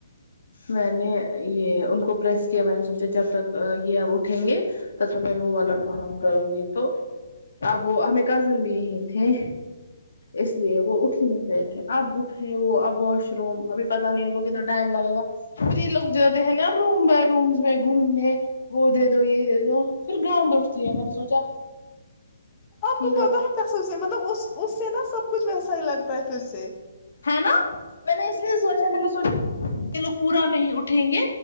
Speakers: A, on the left; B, on the left.
A: میں نے یہ ان کو پریس کیا میں نے سوچا جب تک یہ اب اٹھ اھیں گے تو میں وہ والا کام کروں گی تو اب وہ ہمیں کزن بھی یہ تھے اس لیے وہ اٹھی نہیں رہے تھے اب اٹھے وہ اب واش روم ابھی پت نہیں ان کو کتنا ٹائم لگے گا پھر یہ لوگ جے ہیں نا روم بائی روم میں گھومنے وہ دو یہ دے دو پھر گاند اٹھتی ہے میں نے سوچا
B: آپ کو
A: یہ لوگ
B: پتا ہے کسب سے مطلب اس اس سے نا سب کچھ ویسا ہی لگتا ہے پھر سے
A: ہے نا میں نے اس لیے سوچ میں نے سوچ لوگ پورا نہیں اٹھیں گے